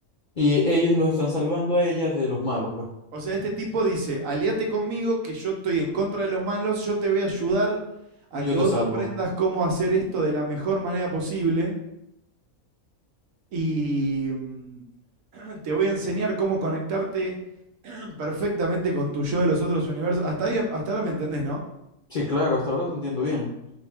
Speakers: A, on the left; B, on the right.
A: Y ellos los están salvando a ella de los malos, pues.
B: O sea, este tipo dice, aliate conmigo que yo estoy en contra de los malos, yo te voy a ayudar a
A: Y
B: que
A: yo te
B: vos
A: salvo.
B: aprendas cómo hacer esto de la mejor manera posible y mm, <clears throat> te voy a enseñar cómo conectarte perfectamente con tu yo de los otros universos. Hasta, ahí- hasta ahora me entendés, ¿no?
A: Sí, claro, hasta ahora te entiendo bien.